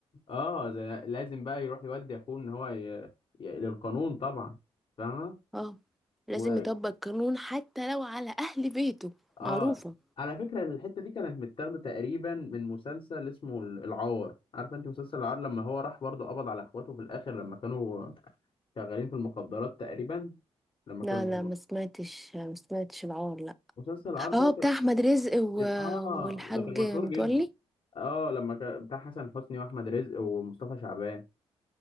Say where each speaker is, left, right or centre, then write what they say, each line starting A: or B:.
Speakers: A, on the left; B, in the centre.
A: اه زي... لازم بقى يروح يودي اخوه ان هو ي... ي... للقانون طبعا فاهمه
B: اه لازم
A: و...
B: يطبق القانون حتى لو على اهل بيته
A: اه
B: معروفة
A: على فكرة الحتة دي كانت متاخدة تقريبا من مسلسل اسمه ال- العار عارفة انت مسلسل العار لما هو راح برضه قبض على اخواته في الاخر لما كانوا شغالين في المخدرات تقريبا لما
B: لا
A: كانوا
B: لا ما سمعتش ما سمعتش العار لا
A: مسلسل العار
B: اه
A: ده
B: بتاع
A: كان
B: احمد رزق و...
A: اه
B: والحاج
A: ده كان مشهور
B: متولي
A: جدا اه لما كان بتاع حسن حسني واحمد رزق ومصطفى شعبان